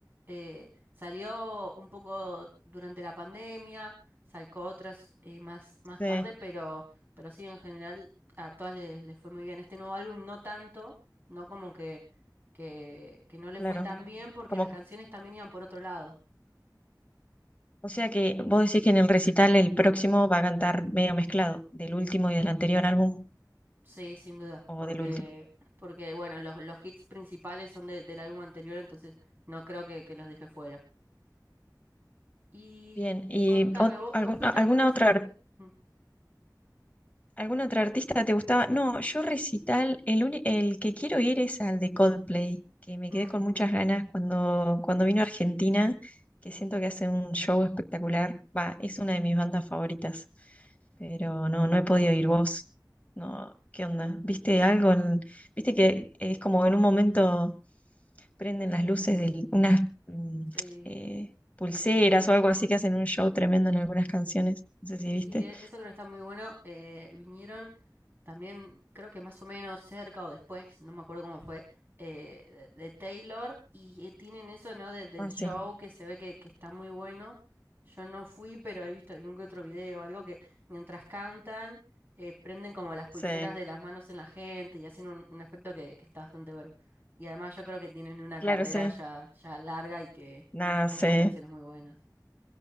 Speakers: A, on the right; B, on the left.
A: Eh, salió un poco durante la pandemia, sacó otras eh, más, más
B: Sí,
A: tarde, pero, pero sí, en general a todas les, les fue muy bien. Este nuevo álbum no tanto, no como que, que, que no le
B: claro.
A: fue tan bien porque
B: Como,
A: las canciones también iban por otro lado.
B: o sea que vos decís que en el recital el próximo va a cantar medio mezclado, del último y del anterior álbum,
A: Sí, sin duda,
B: o
A: porque,
B: del último.
A: porque bueno, los, los hits principales son de- del álbum anterior, entonces no creo que, que los deje fuera. Y
B: Bien, ¿y
A: contame,
B: ot-
A: ¿vo-
B: algún-
A: ¿vos, fuiste
B: alguna
A: a algún recital?
B: otra
A: Mm,
B: ¿Algún otro artista te gustaba? No, yo recital, el, uni- el que quiero ir es al de Coldplay, que me
A: ujú,
B: quedé con muchas ganas cuando, cuando vino a Argentina, que siento que hace un show espectacular. Va, es una de mis bandas favoritas, pero no, no he podido ir vos. No, ¿qué onda? ¿Viste algo? en- ¿Viste que es como en un momento prenden las luces de unas mm,
A: sí.
B: eh, pulseras o algo así que hacen un show tremendo en algunas canciones? No sé si
A: Sí,
B: viste.
A: e- eso creo que está muy bueno. Eh, vinieron también, creo que más o menos cerca o después, no me acuerdo cómo fue, eh, de, de Taylor y eh, tienen eso, ¿no? Desde
B: Ah,
A: el show
B: sí.
A: que se ve que, que está muy bueno. Yo no fui, pero he visto algún que otro video, algo que mientras cantan, eh, prenden como las pulseras
B: Sí,
A: de las manos en la gente y hacen un, un efecto que, que está bastante bueno. Y además yo creo que tienen una
B: claro,
A: carrera
B: sí.
A: ya, ya larga y que
B: Nada, sí,
A: muchas canciones muy buenas.